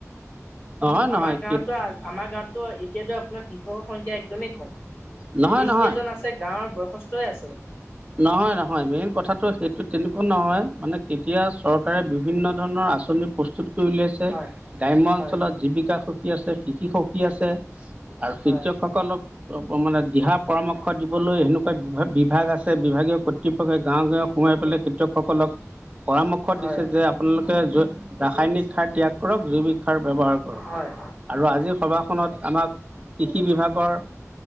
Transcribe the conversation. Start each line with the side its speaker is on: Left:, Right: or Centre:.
Right: নহয়
Left: আমাৰ
Right: নহয়
Left: গাঁৱতো আমাৰ গাঁৱত ত এতিয়াতো আপোনাৰ কৃষকৰ সংখ্যা একদমেই কম
Right: নহয়
Left: যিিকেইজন
Right: নহয়
Left: আছে গাঁৱৰ বয়সস্থই আছে
Right: নহয় নহয় মেইন কথাটো সেইটো তেনেকুৱা নহয় মানে কেতিয়া চৰকাৰে বিভিন্ন ধৰণৰ আঁচনি প্ৰস্তুত কৰি উলাইছে
Left: হয়
Right: গ্ৰাম্য
Left: হয়
Right: অঞ্চলত জীৱিকা সখী আছে কৃষি সখী আছে আৰু
Left: হয়
Right: শিক্ষকসকলক মানে দিহা পৰামৰ্শ দিবলৈ সেনেকুৱা বিভাগ আছে বিভাগীয় কৰ্তৃপক্ষই গাঁও গাঁৱ সোমোৱাই পেলাই কৃতিয়কসকলক পৰামৰ্শ
Left: হয়
Right: দিছে যে আপোনালোকে ৰাসায়নিক সাৰ ত্যাগ কৰক জৈৱিক সাৰ ব্যৱহাৰ কৰক
Left: হয় হয় হয়
Right: আৰু আজিৰ সভাখনত আমাক কৃষি বিভাগৰয়